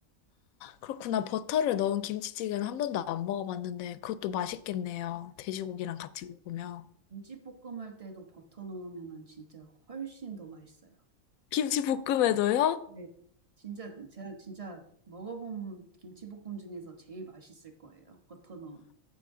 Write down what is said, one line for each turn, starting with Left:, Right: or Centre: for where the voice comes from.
Left: 그렇구나. 버터를 넣은 김치찌개는 한 번도 안 먹어봤는데 그것도 맛있겠네요. 돼지고기랑
Right: 네,
Left: 같이 먹으면.
Right: 김치볶음 할 때도 버터 넣으면은 진짜 훨씬 더 맛있어요.
Left: 김치볶음에도요?
Right: 네. 진짜 제가 진짜 먹어본 김치볶음 중에서 제일 맛있을 거예요. 버터 넣은.